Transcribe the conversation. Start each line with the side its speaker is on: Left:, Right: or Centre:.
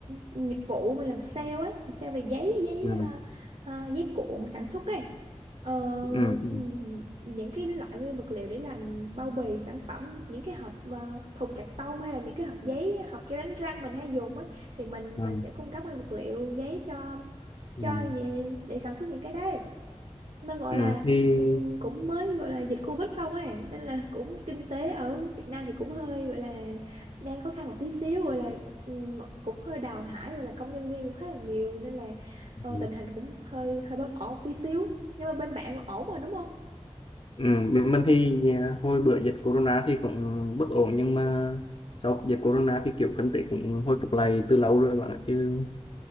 Right: nghiệp vụ mình làm sale ấy làm sale về giấy giấy
Left: Ừ.
Right: à, à, giấy cuộn sản xuất ấy ờ,
Left: Ừ.
Right: ừm,
Left: Ừ.
Right: những cái loại nguyên vật liệu để làm bao bì sản phẩm những cái hộp à, thùng cạc tông hay là những cái hộp giấy hộp keo đánh răng mình hay dùng ấy thì mình
Left: À,
Right: mình sẽ cung cấp nguyên vật liệu giấy cho
Left: ừ.
Right: cho nhà- để sản xuất những cái đấy nó gọi
Left: Ừ.
Right: là
Left: Thì
Right: ừm, cũng mới gọi là dịch Covid xong ấy nên là cũng kinh tế ở Việt Nam thì cũng hơi gọi là đang khó khăn một tí xíu gọi là ừm, cũng hơi đào thải gọi là công nhân viên cũng khá là nhiều nên là ờ,
Left: ừ.
Right: tình hình cũng hơi hơi bất ổn một tí xíu nhưng mà bên bạn ổn rồi đúng không
Left: Ừ, bên mình thì à, hồi bữa dịch corona thì cũng bất ổn nhưng mà sau dịch corona thì kiểu kinh tế cũng hồi phục lại từ lâu rồi bạn ạ chứ